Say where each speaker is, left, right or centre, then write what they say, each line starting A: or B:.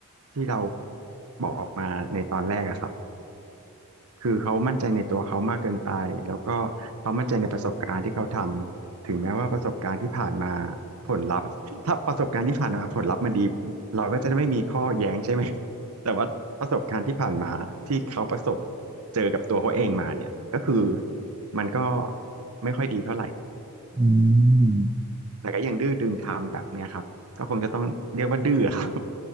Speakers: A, on the right (about 80°); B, on the right (about 20°).
A: ที่เราบอกออกมาในตอนแรกอะครับคือเขามั่นใจในตัวเขามากเกินไปแล้วก็เขามั่นใจในประสบการณ์ที่เขาทำถึงแม้ว่าประสบการณ์ที่ผ่านมาผลลัพธ์ถ้าประสบการณ์ที่ผ่านมาผลลัพธ์มันดีเราก็จะไม่มีข้อแย้งใช่ไหมแต่ว่าประสบการณ์ที่ผ่านมาที่เขาประสบเจอกับตัวเขาเองมาเนี่ยก็คือมันก็ไม่ค่อยดีเท่าไหร่
B: อืม
A: แต่ก็ยังดื้อดึงทำแบบเนี้ยครับก็คงจะต้องเรียกว่าดื้อครับ <laughs>